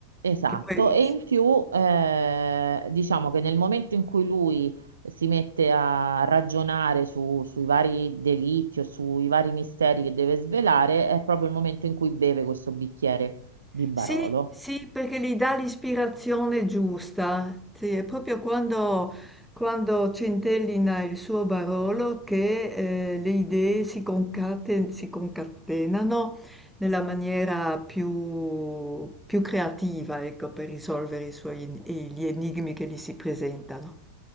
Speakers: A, on the right; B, in the centre.
A: Esatto,
B: Che poi,
A: e in più eh, diciamo che nel momento in cui lui si mette a ragionare su- sui vari delitti o sui vari misteri che deve svelare, è proprio il momento in cui beve questo bicchiere di Barolo.
B: sì, sì, perché gli dà l'ispirazione giusta. Sì, è proprio quando, quando centellina il suo Barolo che eh, le idee si concaten- si concatenano nella maniera più, più creativa, ecco, per risolvere i suoi, gli enigmi che gli si presentano.